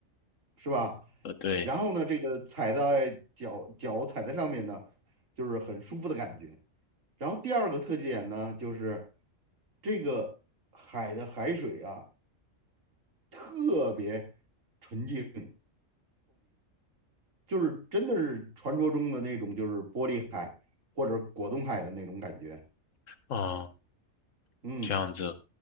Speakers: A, on the right; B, on the left.
A: 是吧？
B: 呃，对，
A: 然后呢，这个踩在脚脚踩在上面呢，就是很舒服的感觉。然后第二个特点呢，就是这个海的海水啊，特别纯净，就是真的是传说中的那种，就是玻璃海或者果冻海的那种感觉。
B: 啊，
A: 嗯，
B: 这样子。